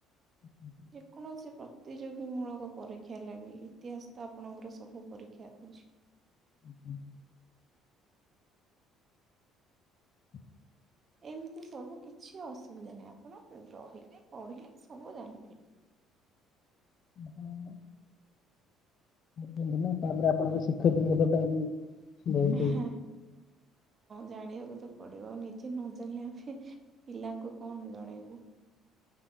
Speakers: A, on the left; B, on the right.
A: ହୁଁଁ ହୁଁ ହୁଁ।
B: ଯେକୌଣସି ପ୍ରତିଯୋଗୀ ମୂଳକ ପରୀକ୍ଷା ହେଲା ବି ଇତିହାସ ତ ଆପଣଙ୍କର ସବୁ ପରୀକ୍ଷା ରହୁଛି।
A: ଉଁ ହୁଁ। <inaudible>
B: ଏମିତି ସବୁ କିଛି ଅସୁବିଧା ନାହିଁ ଆପଣ ରହିଲେ ପଢିଲେ ସବୁ ଜାଣିପାରିବେ।
A: <inaudible> କରୁଛନ୍ତି ନା ତାପରେ ଆପଣଙ୍କ ଶିକ୍ଷୟିତ୍ରୀ ହେବା ପାଇଁ ବି ବହୁତ
B: ହଁ ଜାଣିବାକୁ ତ ପଡିବ ଆଉ ନିଜେ ନ ଜାଣିଲେ ଆମେ ପିଲାଙ୍କୁ କଣ ଜଣେଇବୁ?